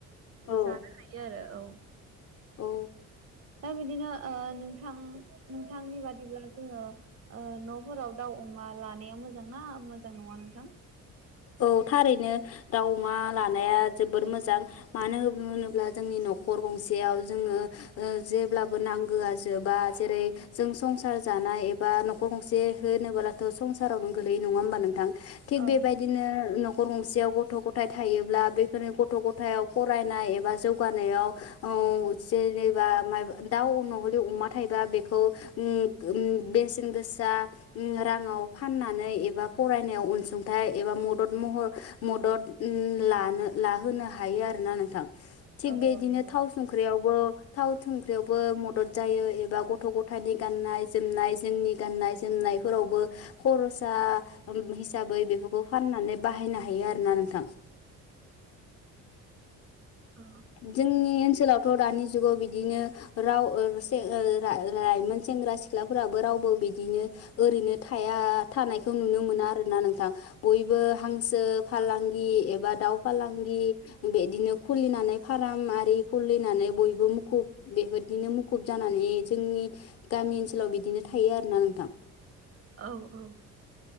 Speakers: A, on the left; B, on the right.
A: औ
B: जानो हायो आरो औ
A: औ
B: दा बिदिनो नोंथांनि बादिब्ला जोङो न'फोराव दाउ अमा लानाया मोजां ना मोजां नङा नोंथां
A: औ थारैनो दाउ अमा लानाया जोबोर मोजां मानो होनोब्ला जोंनि न'खर गंसेयाव जोङो जेब्लाबो नांगोआ जोबा जेरै जों संसार जानाय एबा न'खर गंसे होनोबोलाथ' संसारावनो गोलै नङा होमबा नोंथां थिग
B: औ
A: बेबायदिनो न'खर गंसेयाव गथ' गथाय थायोब्ला बेफोरनि गथ' गथायाव फरायनाय एबा जौगानायाव औ जेनेबा दाव अमा थायोबा बेखौ उम उम बेसेन गोसा राङाव फाननानै एबा फरायनायाव अनसुंथाइ हाथाय एबा मदद महर मदद लानो लाहोनो हायो आरोना नोंथां थिग
B: औ
A: बेदिनो
B: औ नंगौ।
A: थाव संख्रियावबो थाव संख्रियावबो मदद जायो एबा गथ' गथ' गथायनि गाननाय जोमनाय जोंनि गाननाय जोमनायफोरावबो खरसा हिसाबै बेफोरखौ फाननानै बाहायनो हायो आरो ना नोंथां
B: औ
A: जोंनि ओनसोलावथ' दानि जुगाव बिदिनो राव <unintelligible> लाइमोन सेंग्रा सिख्लाफोराबो रावबो बिदिनो ओरैनो थाया थानायखौ नुनो मोना आरो नोंथां बयबो हांसो फालांगि
B: औ
A: एबा दाउ फालांगि बिदिनो खुलिनानै फार्म आरि खुलिनानै बयबो मुखुब बेफोरदिनो मुखुब जानानै जोंनि गामि ओनसोलाव बिदिनो थायो आरोना नोंथां
B: औ औ